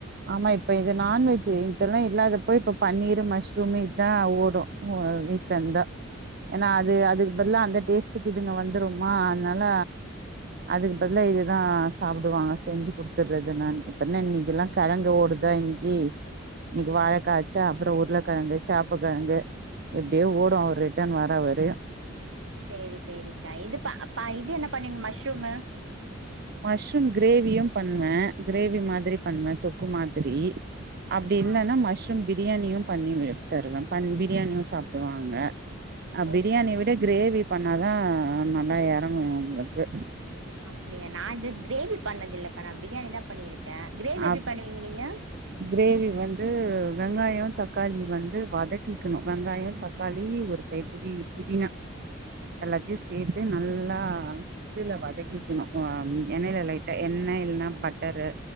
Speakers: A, on the right (about 50°); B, on the right (about 85°).
A: ஆமா இப்ப இது நான்வெஜு இதேல்லா இல்லாதப இப்ப பன்னீரு மஷ்ரூமு இதா ஓடு வீட்டுலருந்தா ஏன்னா அது அதுக்கு பதில அந்த டேஸ்ட்டுக்கு இதுங்க வந்துரும்மா அதனால அதுக்கு பதில இதுதா சாப்டுவாங்க செஞ்சு குடுத்துடுறது நானு அப்றோ என்ன இன்னைக்கில்லாம் கழங்கு ஓடுதா இன்னைக்கி இன்னைக்கி வாழக்காச்சா அப்புறோ உருளைக்கழங்கு சாப்பகழங்கு எப்டியோ ஓடு ஒரு ரிட்டர்ன் வரா வர
B: செரி செரிக்கா இதுப்ப ப இது என்ன பண்ணீங்க மஷ்ரூமு
A: மஷ்ரூம் கிரேவியும் பண்ணுவே கிரேவி மாதிரி பண்ணுவே தொக்கு மாதிரி அப்டி
B: ஆ
A: இல்லன்னா மஷ்ரூம் பிர் பிரியாணியு பண்ணி வ தருவே பிரியாணியு சாப்டுவாங்க அ
B: ஓகே
A: பிரியாணிய விட கிரேவி பண்ணாதா அ நல்லா எ <unintelligible> உங்களுக்கு
B: அப்பிடியா நா இது கிரேவி பண்ணது இல்லக்கா நா பிரியாணி தா பண்ணியிரு க்கே கிரேவி எப்டி
A: அப்
B: பண்ணுவீங்க நீங்க
A: கிரேவி வந்து வெங்காயோ தக்காளி வந்து வதக்கிக்கணு வெங்காய தக்காளி ஒரு கை புடி புதினா எல்லாத்தையு சேத்து நல்லா இதுல வதக்கிக்கணு அ எண்ணெய்ல லைட்டா எண்ணெய் இல்லனா பட்டரு